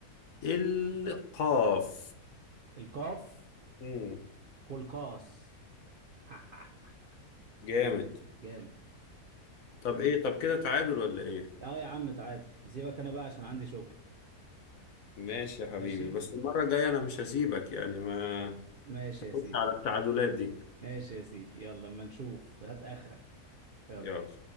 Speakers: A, on the left (about 65°); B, on the right (about 55°).
A: القاف
B: القاف
A: مم.
B: كلكاس <laughs>
A: جامد
B: جامد
A: طب ايه طب كده تعادل ولا ايه
B: اه يا عم تعادل هسيبك انا بقى عشان عندي شغل
A: ماشي يا حبيبي
B: ماشي
A: بس المرة الجاية انا مش هسيبك يعني ما
B: ماشي
A: تاخدش
B: يا سيدي
A: على التعادلات دي
B: ماشي يا سيدي يلا اما نشوف هات اخرك يلا
A: يلا